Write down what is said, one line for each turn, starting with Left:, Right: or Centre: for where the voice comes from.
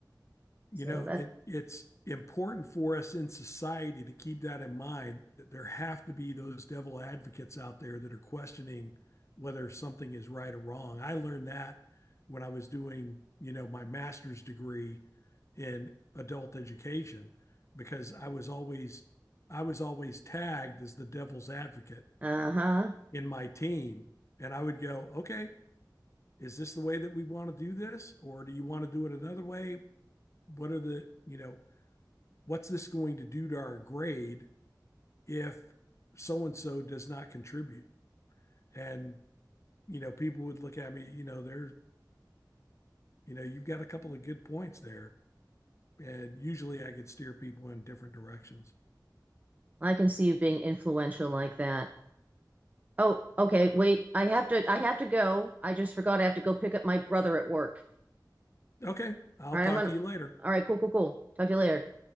Left: you
Right: So
Left: know
Right: that.
Left: it it's important for us in society to keep that in mind that there have to be those devil advocates out there that are questioning whether something is right or wrong i learned that when i was doing you know my master's degree in adult education because i was always i was always tagged as the devil's advocate
Right: Uh huh.
Left: in my team and i would go okay is this the way that we want to do this or do you want to do it another way what are the you know what's this going to do to our grade if so and so does not contribute? And, you know, people would look at me, you know, they're, you know, you've got a couple of good points there. And usually I could steer people in different directions.
Right: I can see you being influential like that. Oh, okay, wait. I have to I have to go. I just forgot I have to go pick up my brother at work.
Left: Okay, I'll
Right: All
Left: talk
Right: right, I'm gonna.
Left: to you later.
Right: All right, cool, cool, cool. Talk to you later.